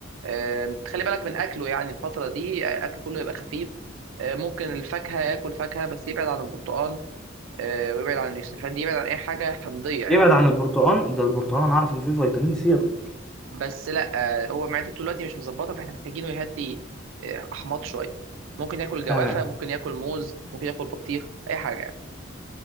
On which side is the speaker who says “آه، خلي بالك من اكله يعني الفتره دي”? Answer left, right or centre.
Right